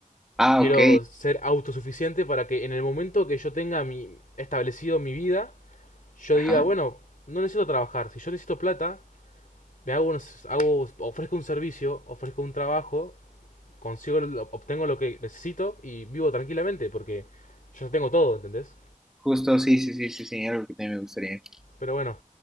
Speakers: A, in the centre; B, on the left.
A: ah,
B: Quiero
A: ok,
B: ser autosuficiente para que en el momento que yo tenga mi, establecido mi vida, yo
A: ajá.
B: diga, bueno, no necesito trabajar, si yo necesito plata, le hago, unos- hago- ofrezco un servicio, ofrezco un trabajo, consigo, obtengo lo que necesito y vivo tranquilamente porque yo ya tengo todo, ¿entendés?
A: Justo, sí, sí, sí, sí, sí, algo que también me gustaría.
B: Pero bueno,